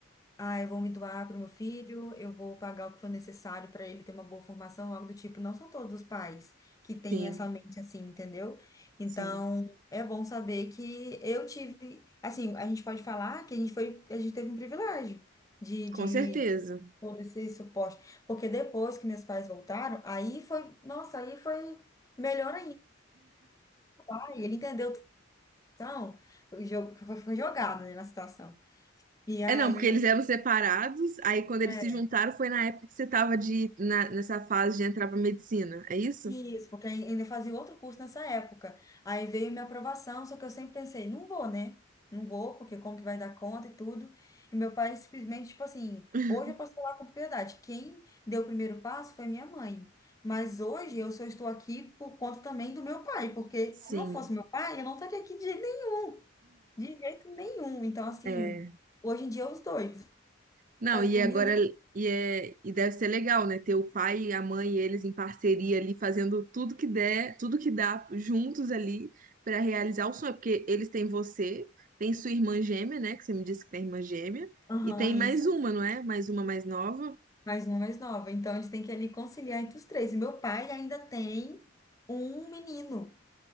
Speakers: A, on the left (about 15°); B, on the right (about 40°).
A: ah, eu vou me doar para o meu filho, eu vou pagar o que for necessário para ele ter uma boa formação, algo do tipo. Não são todos os pais que têm
B: Sim,
A: essa mente assim, entendeu? Então,
B: sim,
A: é bom saber que eu tive, assim, a gente pode falar que a gente foi, a gente teve um privilégio de, de
B: com certeza.
A: todo esse suporte. Porque depois que meus pais voltaram, aí foi, nossa, aí foi melhor ainda. Aí ele entendeu situação, foi, jo- foi foi jogado, né, na situação. E aí
B: É, não, porque eles
A: ele.
B: eram separados, aí quando eles
A: É,
B: se juntaram foi na época que você tava de, na- nessa fase de entrar pra medicina, é isso?
A: isso, porque ai- ainda fazia outro curso nessa época. Aí veio minha aprovação, só que eu sempre pensei, não vou, né? Não vou, porque como que vai dar conta e tudo. E meu pai simplesmente, tipo assim,
B: <laughs>
A: hoje eu posso falar com propriedade. Quem deu o primeiro passo foi minha mãe. Mas hoje eu só estou aqui por conta também do meu pai, porque se
B: Sim.
A: não fosse meu pai, eu não estaria aqui de jeito nenhum. De jeito nenhum. Então, assim,
B: É.
A: hoje em dia os dois.
B: Não,
A: Faz
B: e
A: por
B: agora
A: mim, eu nunca.
B: e, é, e deve ser legal, né? Ter o pai, a mãe e eles em parceria ali, fazendo tudo que der, tudo que dá juntos ali pra realizar o sonho, porque eles têm você, tem sua irmã gêmea, né? Que você me disse que tem irmã gêmea,
A: Aham,
B: e tem mais
A: isso.
B: uma, não é? Mais uma mais nova
A: Mais uma, mais nova. Então, eles têm que ali conciliar entre os três. E meu pai ainda tem um menino,